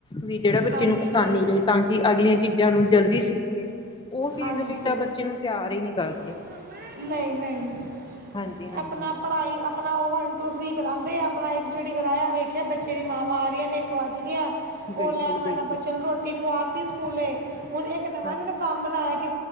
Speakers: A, on the left; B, on the right.
A: ਵੀਓ ਨੂੰ
B: ਹਾਂਜੀ
A: ਆਸਾਨੀ ਰਹੇ ਤਾਂ ਕਿ ਅਗਲੀਆਂ ਚੀਜ਼ਾਂ ਨੂੰ ਜਲਦੀ ਸਿੱਖ ਲਏ ਉਹ ਚੀਜ਼
B: ਹਾਂਜੀ
A: ਲਈ ਤਾਂ ਬੱਚੇ ਨੂੰ ਤਿਆਰ ਹੀ ਨ ਕਰ।
B: <unintelligible> ਨਹੀਂ ਨਹੀਂ
A: ਹਾਂਜੀ ਹਾਂਜੀ
B: ਆਪਣਾ ਪੜ੍ਹਾਈ ਆਪਣਾ ਉਹ ਵਨ ਟੂ ਥ੍ਰਰੀ ਕਰਾਦੇ ਆਪਣਾ ਕਰਵਾਆ ਵੇਖਿਆ ਬੱਚੇ ਦੀ ਮਾਵਾਂ ਆ ਰਹੀਆਂ ਨੇ ਇੱਕ ਵੱਜ ਗਿਆ ਉਹ
A: ਬਿਲਕੁਲ
B: ਲੈਣ
A: ਬਿਲਕੁਲ
B: ਵਾਲਰਾ ਬੱਚੇ ਨੂੰ ਰੋਟੀ ਖਵਾ ਤ ਸਕ ਸਕੂਲੇ ਹੁਣ ਇੱਕ ਨਵਾਂ
A: ਹਾਂ
B: ਨਿਵ ਕੰਮ ਬਣਾਇਆ ਕਿ